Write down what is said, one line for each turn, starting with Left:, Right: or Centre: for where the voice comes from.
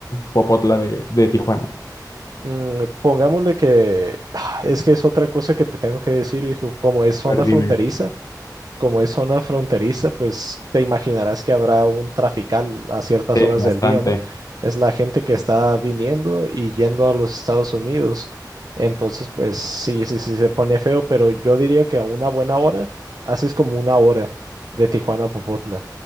Left: Popotla de, de Tijuana?
Right: mm, pongámosle que <sighs> es que es otra cosa que te tengo que decir, hijo, como es
Left: A
Right: zona
Left: ver, dime.
Right: fronteriza, como es zona fronteriza, pues te imaginarás que habrá un trafical a ciertas
Left: Sí,
Right: horas
Left: bastante.
Right: del día, ¿no? Es la gente que está viniendo y yendo a los Estados Unidos. Entonces, pues sí, sí, sí se pone feo, pero yo diría que a una buena hora haces como una hora de Tijuana a Popotla.